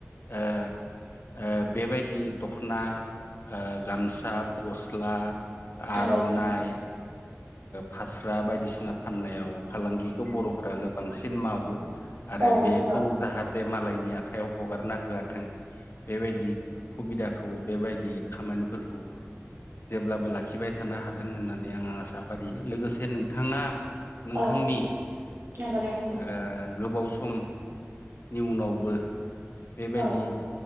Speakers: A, on the left; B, on the right.
A: ओ ओ बेबायदि दखना ओ गामसा गस्ला आर'नाइ
B: नांगोन
A: फास्रा ओ बायदिसिना फाननायाव फालांगिखौ बर' फोरानो बांसिन मावो आरो
B: औ
A: बेखौ
B: नंगौ
A: जाहाथे मालायनि आखाइयाव हगारना होआथों बेबायदि सुबिदाखौ बेबायदि खामानिफोरखौ जेब्लाबो लाखिबाय थानो हाथों होननानै आङो आसा फारियो लोगोसे नोंथाङा नोंथांनि
B: औ नंगौ नोंथां
A: ओ गोबाव समनि उनावबो बेबायदि
B: औ